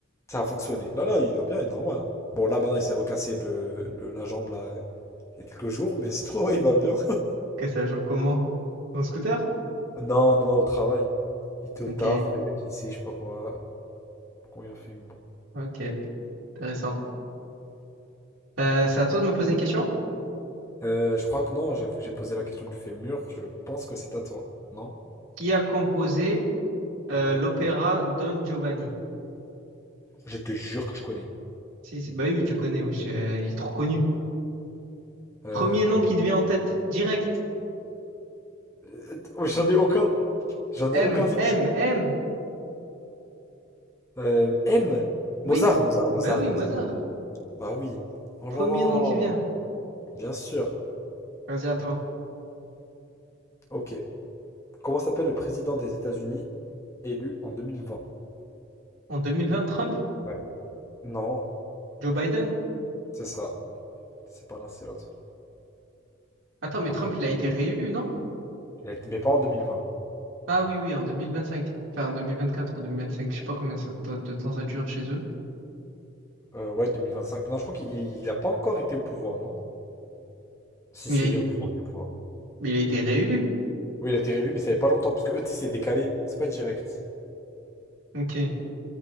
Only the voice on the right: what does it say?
Ok, c'est la jambe comment? Mon scooter?
Ok,
ok, intéressant. Euh, c'est à toi de me poser une question.
Qui a composé euh,
l'opéra Don Giovanni?
Si, si, bah oui, tu connais, wesh, euh, il est trop connu.
Premier nom qui te vient en tête, direct.
M,
M,
M.
Oui,
bah oui, Mozart.
Premier
nom qui vient.
Vas-y, à toi.
En 2020, Trump,
Joe Biden.
Attends, mais
Trump, il a été réélu, non?
Ah oui, oui, en 2025. Enfin, en 2024 ou 2025. Je sais pas combien ça t- de temps ça dure chez eux.
Mais
il a,
mais il a été réélu.
Ok.